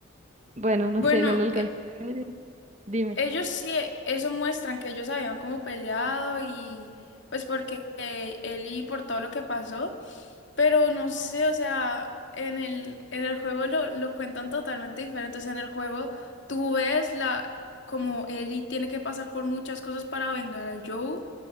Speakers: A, on the right (about 35°); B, on the left (about 70°).
A: bueno, no
B: Bueno,
A: sé, no lo alcancé a ver. Dime.
B: Ellos sí, eh, eso muestran que ellos habían como peleado y pues porque eh, él y por todo lo que pasó, pero no sé, o sea, en el, en el juego lo, lo cuentan totalmente diferente, o sea, en el juego tú ves la, como Ellie tiene que pasar por muchas cosas para vengar a Joe